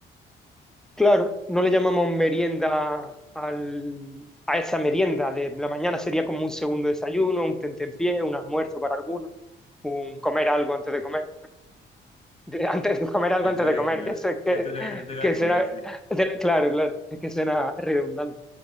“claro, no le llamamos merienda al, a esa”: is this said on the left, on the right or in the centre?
Centre